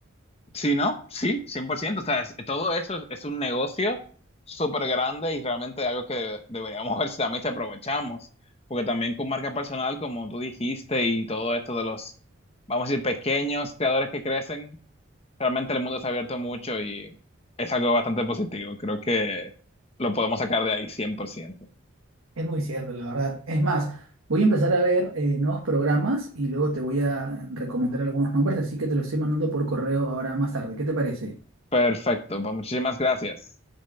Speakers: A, on the left; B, on the right.
A: sí, ¿no? Sí, cien por ciento O sea, es- todo eso es, es un negocio súper grande y realmente algo que deberíamos <laughs> ver si también se aprovechamos. Porque también con marca personal, como tú dijiste, y todo esto de los, vamos a decir, pequeños creadores que crecen, Realmente el mundo se ha abierto mucho y es algo bastante positivo. Creo que lo podemos sacar de ahí cien por ciento
B: Es muy cierto, la verdad. Es más, voy a empezar a ver eh, nuevos programas y luego te voy a recomendar algunos nombres, así que te los estoy mandando por correo ahora más tarde. ¿Qué te parece?
A: Perfecto, pues muchísimas gracias.